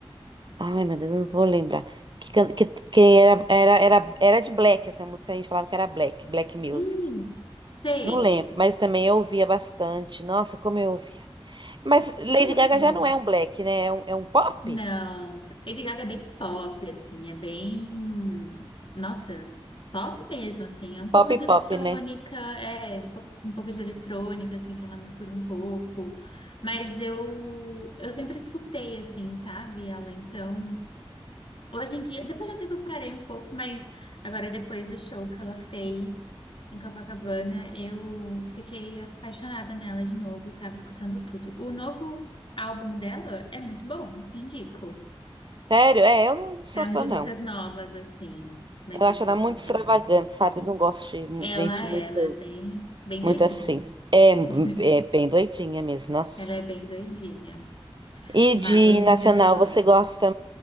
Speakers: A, on the right; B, on the left.
A: Ai, meu Deus, eu não vou lembrar. Que, can- que, que era, era, era, era de Black, essa música a gente falava que era Black, Black Music.
B: Hum, sei,
A: Não lembro, mas também eu ouvia bastante. Nossa, como eu ouvia. Mas Lady
B: é muito
A: Gaga
B: bom.
A: já não é um black, né? É um, é um pop?
B: Não, Lady Gaga é bem pop, assim, é bem, nossa, pop mesmo, assim, é um pouco
A: Pop,
B: de eletrônica,
A: pop, né?
B: é, um po- um pouco de eletrônica, assim, que ela mistura um pouco, mas eu, eu sempre escutei, assim, sabe, ela, então, hoje em dia, depois de um tempo eu parei um pouco, mas agora depois do show que ela fez em Copacabana, eu fiquei apaixonada nela de novo e tava escutando tudo. O novo álbum dela é muito bom, indico.
A: Sério? É, eu não sou
B: Para
A: fã,
B: músicas
A: não.
B: novas, assim, mas
A: Eu
B: de
A: acho
B: popzinho.
A: ela muito extravagante, sabe? Não gosto de
B: Ela,
A: gente
B: ela
A: muito,
B: é bem, bem
A: muito
B: doidinha.
A: assim. É,
B: <laughs>
A: é bem doidinha mesmo, nossa.
B: Ela é bem doidinha,
A: E
B: mas
A: de nacional,
B: eu adoro.
A: você gosta,